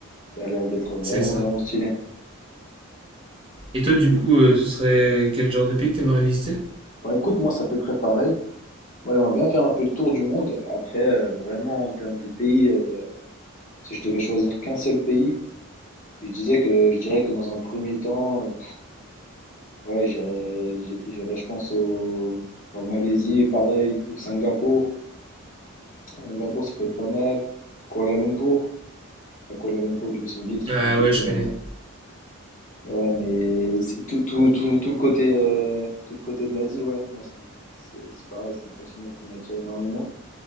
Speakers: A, on the left (about 35°); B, on the right (about 25°).
A: Ça a l'air d'être vraiment,
B: c'est ça.
A: vraiment stylé.
B: Et toi, du
A: Et-
B: coup, euh, ce serait quel genre de pays que t'aimerais visiter?
A: Ouais, écoute, moi, c'est à peu près pareil. Moi, j'aimerais bien faire un peu le tour du monde. Après, euh, vraiment, en termes de pays, euh, Si je devais choisir qu'un seul pays, je disais que je dirais que dans un premier temps, heu, ouais, j'irais j'i j'irais je pense au en Malaisie pareil ou Singapour. Singapour ça peut être pas mal. Kuala Lumpur. Enfin Kuala Lumpur du coup c'est une ville, c'est
B: Ah
A: pas un pays
B: ouais, je
A: mais
B: connais.
A: mais ouais, mais c'est tout tout tout tout le côté, heu, tout le côté de l'Asie ouais, moi c'est c'est c'est pareil, c'est un continent qui m'attire énormément,